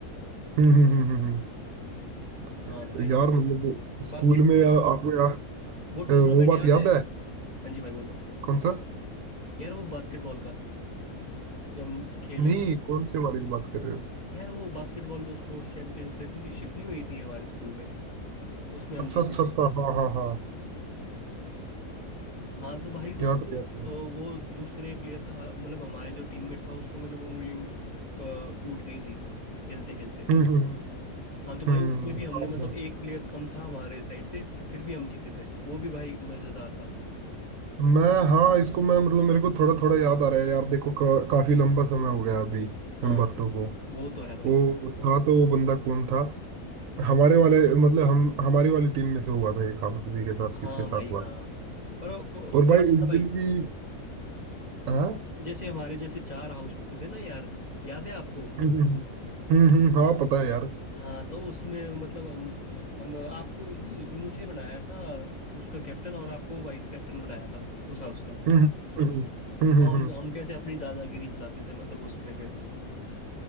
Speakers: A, on the right; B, on the left.
A: हम्म हम्म हम्म हम्म,
B: हाँ
A: हम्म।
B: भाई
A: यार मतलब स्कूल
B: बाकी
A: में आ- आपको या,
B: वो
A: अ,
B: टूर्नामेंट
A: वो बात
B: याद
A: याद
B: है
A: है
B: हाँ जी भाई बोलो
A: कौन सा
B: यार वो बास्केटबॉल का जब हम खेले
A: नहीं
B: थे
A: कौन से वाले की बात कर रहे हो
B: यार वो बास्केटबॉल जो स्पोर्ट्स चैंपियनशिप नहीं हुई थी हमारे स्कूल में उसमें हम
A: अच्छा
B: जीते
A: अच्छा
B: थे
A: अच्छा हाँ हाँ हाँ
B: हाँ तो भाई
A: याद
B: उसमें
A: है याद
B: अ,
A: है
B: वो दूसरे प्लेयर का मतलब हमारे जो टीममेट था उसके मतलब उंगली में, अ, टूट गई थी खेलते खेलते
A: हम्म हम्म
B: हाँ तो भाई
A: हम्म
B: उसमें
A: हम्म,
B: भी हमने
A: हाँ
B: मतलब
A: हाँ।
B: एक प्लेयर कम था हमारे साइड से फिर भी हम जीते थे वो भी भाई मजेदार था
A: मैं हाँ इसको मैं मतलब मेरे को थोड़ा थोड़ा याद आ रहा है यार देखो का, काफी लंबा समय हो गया अभी
B: हाँ
A: उन बातों
B: भाई
A: को
B: वो तो है भाई
A: वो था तो वो बंदा कौन था हमारे वाले मतलब हम हमारी वाली टीम में से हुआ था ये काम किसी के साथ किसके
B: हाँ भाई
A: साथ हुआ
B: हाँ
A: था
B: पर वो-
A: और भाई
B: वही था
A: इस
B: ना भाई
A: दिन की हाँ
B: जैसे हमारे जैसे चार हाउस होते थे ना यार याद है आपको
A: हम्म हम्म हम्म, हम्म, हम्म, हाँ पता है यार
B: हाँ तो उसमें मतलब हम हम आपको नहीं मुझे बनाया था उसका कैप्टन और आपको वाइस कैप्टन बनाया था उस हाउस का
A: हम्म हम्म हम्म हम्म,
B: तो
A: हम्म,
B: हम
A: हम्म।
B: हम कैसे अपनी दादागिरी चलाते थे मतलब उसमें फिर